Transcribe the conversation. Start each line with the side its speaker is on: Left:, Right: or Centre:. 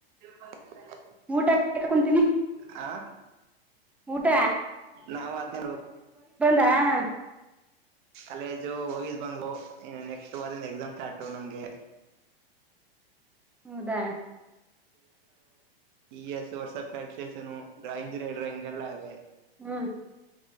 Right: ಮಾತಾಡ್
Centre: ಊಟ ಕುಂತೀನಿ
Right: ಹ
Centre: ಊಟ
Right: ನಾವು ಅದ್ೇ
Centre: ಹ
Right: ಕಾಲೇಜು ಹೋಗಿದ್ ಬಂಗ್ಲು ಇನ್ನು ನೆಕ್ಸ್ಟ್ ವಾರಂದ ಎಕ್ಸಾಮ್ ಸ್ಟಾರ್ಟು ನಮ್ಗೆ
Centre: ಹೌದಾ
Right: ಈ ಎಸ್ ವಾಟ್ಸಪ್ ಕ ಡ್ರಾಯಿಂಗ ಹೇಳ್ರ ಹಿಂಗೆಲ್ಲ ಅವೆ
Centre: ಹ್ಮ್